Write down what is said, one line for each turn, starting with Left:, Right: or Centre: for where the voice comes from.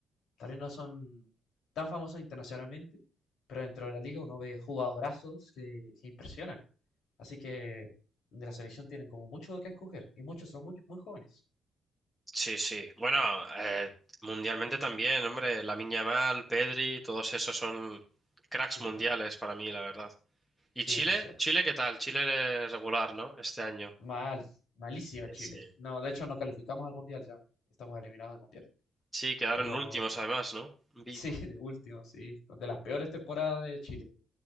Left: Tal vez no son tan famosos internacionalmente, pero dentro de la liga uno ve jugadorazos que, que impresionan. Así que de la selección tienen como mucho de qué escoger y muchos son muy, muy jóvenes.
Centre: Sí, sí. Bueno, eh, mundialmente también, hombre. Lamine Yamal, Pedri, todos esos son cracks
Left: Sí,
Centre: mundiales
Left: también.
Centre: para mí, la verdad. ¿Y
Left: Sí,
Centre: Chile?
Left: sí, cierto.
Centre: ¿Chile qué tal? Chile eh, regular, ¿no? Este año.
Left: Mal, malísimo
Centre: Sí,
Left: Chile.
Centre: sí.
Left: No, de hecho no calificamos al mundial ya. Estamos eliminados del mundial.
Centre: Sí, quedaron
Left: Pero
Centre: últimos además, ¿no? Vi.
Left: sí, <laughs> de último, sí. De las peores temporadas de Chile.